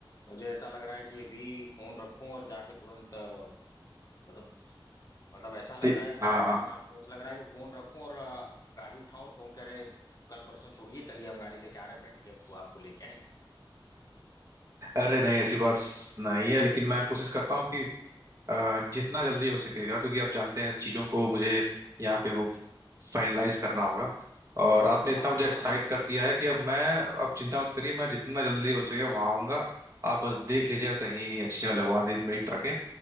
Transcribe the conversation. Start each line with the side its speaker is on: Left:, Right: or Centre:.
Left: मुझे ऐसा लग रहा है कि अभी फोन रखूं और जाके तुरंत अ, मतलब मतलब ऐसा लग
Right: जी
Left: रहा है क्या
Right: हाँ
Left: बताऊं
Right: हाँ
Left: मैं आपको ऐसा लग रहा है कि फोन रखूं और अ, गाड़ी उठाऊं और कहूं कि अरे कल परसों छोड़िए चलिए हम गाड़ी लेके आ रहे हैं
Right: <laughs>
Left: बैठिए हमको आपको लेके आए
Right: अरे नहीं ऐसी बात नहीं है लेकिन मैं कोशिश करता हूँ कि अ, जितना जल्दी हो सकेगा क्योंकि आप जानते हैं इस चीज़ों को मुझे यहाँ पे वो फाइनलाइज करना होगा और आपने इतना
Left: हाँ
Right: मुझे
Left: हाँ
Right: एक्साइट
Left: हाँ
Right: कर दिया है कि अब मैं अब चिंता मत करिए मैं जितना जल्दी हो सके वहाँ आऊँगा आप बस देख लीजिएगा कहीं अच्छी जगह लगवा दें मेरी ट्रकें